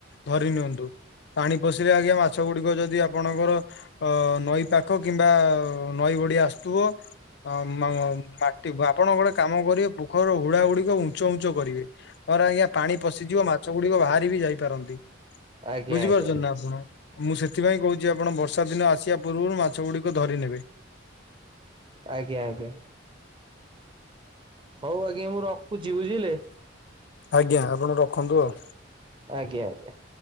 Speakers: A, on the left; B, on the right.
A: ଧରି ନିଅନ୍ତୁ। ପାଣି ପଶିଲେ ଆଜ୍ଞା ମାଛ ଗୁଡିକ ଯଦି ଆପଣଙ୍କର ଅ ନଈ ପାଖ କିମ୍ବା ନଈ ଉଢ଼ି ଆସୁଥିବ ମ ମାଟି ଆପଣ ଗୋଟେ କାମ କରିବେ ପୋଖରୀର ହୁଡା ଗୁଡିକ ଉଞ୍ଚ ଉଚ କରିବେ। ମର ଆଜ୍ଞା ପାଣି ପଶିଯିବ ମାଛ ଗୁଡିକ ବାହାରି ବି ଯାଇ ପାରନ୍ତି
B: ଆଜ୍ଞା
A: ବୁଝିପାରୁଚ଼
B: ଆଜ୍ଞା ଆଜ୍ଞା
A: ନା ଆପଣ ମୁଁ ସେଥିପାଇଁ କହୁଛି ଆପଣ ବର୍ଷା ଦିନ ଆସିବା ପୂର୍ବରୁ ମାଛ ଗୁଡିକ ଧରିନେବେ।
B: ଆଜ୍ଞା ଆଜ୍ଞା। ହଉ ଆଜ୍ଞା ମୁଁ ରଖୁଛି ବୁଝିଲେ
A: ଆଜ୍ଞା ଆପଣ ରଖନ୍ତୁ ଆଉ
B: ଆଜ୍ଞା ଆଜ୍ଞା।